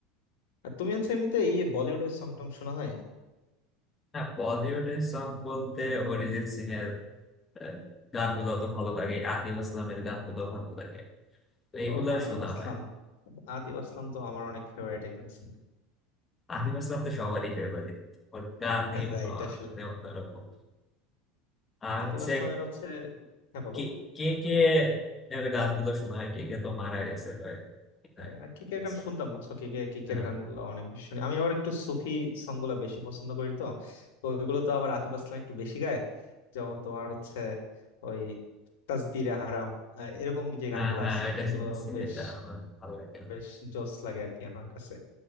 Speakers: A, on the left (about 80°); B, on the left (about 20°).
A: আর তুমি হচ্ছে এমনিতে ইয়ে বলিউডের সং টং শোনা হয়
B: হ্যাঁ বলিউডের সং বলতে অরিজিৎ সিং এর আহ, গানগুলো তো ভালো লাগে আতিফ আসলামের গানগুলো ভালো লাগে তো এইগুলো
A: ও আতিফ
B: শোনা
A: আসলাম
B: হয়
A: আতিফ আসলাম তো আমার অনেক ফেভারিট একজন সিঙ্গার
B: আতিফ আসলাম তো সবারই ফেভারিট ওর গানই আহ,
A: রাইট <laughs>
B: মানে অন্যরকম আর
A: আতিফ
B: হচ্ছে
A: আসলামের হচ্ছে হ্যাঁ বলো
B: কে কে কে এর গানগুলো শোনা হয় কে কে তো মারা গেছে ভাই কিছুদিন
A: আহ,
B: আগে
A: কিকের
B: শুনছো?
A: গান শুনতাম বুঝছো কিকে কিকের
B: হ্যাঁ
A: গানগুলো অনেক বেশি শুনি আমি আবার একটু সুফি সং গুলা বেশি পছন্দ করি তো তো ওইগুলো তো আবার আতিফ আসলাম একটু বেশি গায় যেমন তোমার হচ্ছে ওই তাসবিরে হারাম আহ, এরকম যে গানগুলো
B: হ্যাঁ হ্যাঁ
A: আছে
B: এটা
A: এগুলো
B: শুনছি
A: বেশ
B: এটা আমার ভালো লাগে
A: বেশ জোস লাগে আর কি আমার কাছে